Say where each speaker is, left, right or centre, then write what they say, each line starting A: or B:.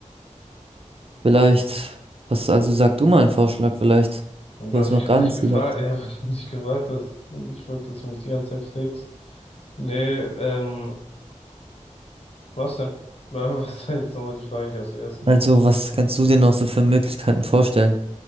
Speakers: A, on the right (about 50°); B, on the left (about 50°).
A: vielleicht, was also sag du mal einen Vorschlag vielleicht?
B: Und
A: Du
B: Du hast
A: hast
B: mich
A: noch
B: halt
A: gar
B: nicht
A: nichts
B: gefragt,
A: gesagt.
B: <laughs> ja, weil du mich nicht gefragt hast. Ich wollte, dass du mich die ganze Zeit flext. Nee, ähm, was denn? <laughs> Wa- Was war jetzt nochmal die Frage? Ich hab's vergessen.
A: Also, was kannst du dir noch so für Möglichkeiten vorstellen?